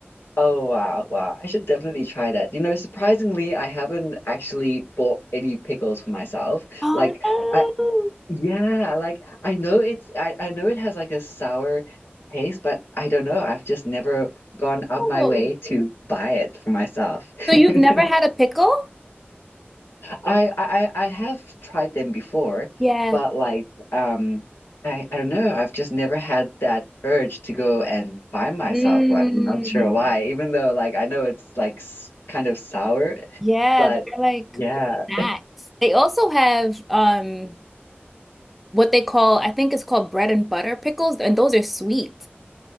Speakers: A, on the left; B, in the centre.
A: Oh wow, wow. I should definitely try that. You know, surprisingly, I haven't actually bought any pickles for myself.
B: Oh
A: Like
B: no.
A: I yeah, like I know it's I, I know it has like a sour taste, but I don't know. I've just never gone out my
B: Oh.
A: way to buy it for myself.
B: So you've
A: <laughs>
B: never had a pickle?
A: I I I I have tried them before,
B: Yeah.
A: but like um I I don't know, I've just never had that urge to go and buy myself
B: Mm.
A: one. I'm not sure why, even though like I know it's like s kind of sour,
B: Yeah,
A: but
B: they're like
A: yeah.
B: good snacks. They also have um what they call, I think it's called bread and butter pickles, and those are sweet.